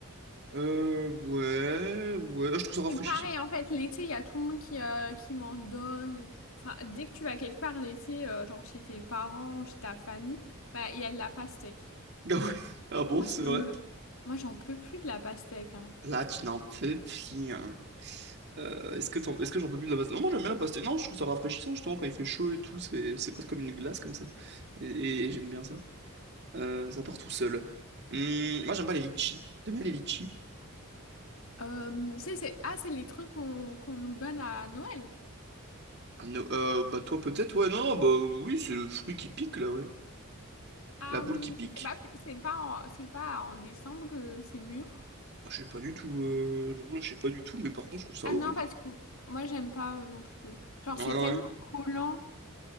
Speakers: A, on the right; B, on the left.
A: Euh, ouais, ouais, je trouve ça rafraîchissant.
B: Et pareil, en fait, l'été, il y a tout le monde qui, euh, qui m'en donne et tout. Enfin, dès que tu vas quelque part l'été, euh, genre chez tes parents, chez ta famille, bah, il y a de la pastèque.
A: Ah ouais, <laughs> ah bon,
B: Moi,
A: c'est
B: ça
A: vrai.
B: me... Moi, j'en peux plus de la pastèque, hein.
A: Là, tu n'en peux plus. hein. Euh, est-ce que t'en- est-ce que j'en peux plus de la pastèque? Non, moi j'aime bien la pastèque. Non, je trouve ça rafraîchissant justement quand il fait chaud et tout. C'est c'est presque comme une glace comme ça. Et, et- et j'aime bien ça. Euh, ça part tout seul. Hum, moi j'aime pas les litchis. T'aimes bien les litchis?
B: Euh, c'est, c'est- ah, c'est les trucs qu'on qu'on nous donne à Noël.
A: Ah, non, euh, bah toi peut-être, ouais, non, bah oui, c'est le fruit qui pique là, ouais.
B: Ah
A: La boule
B: oui,
A: qui
B: mais
A: pique.
B: c'est pas, plus- c'est pas, en- c'est pas en décembre que c'est mûr.
A: Bah, Je sais pas du tout, euh, j'avoue, là, je sais pas du tout, mais par contre, je trouve ça
B: Ah
A: horrible.
B: non, parce que moi, j'aime pas euh, non plus. Genre,
A: Ouais,
B: c'est
A: ouais.
B: tellement collant.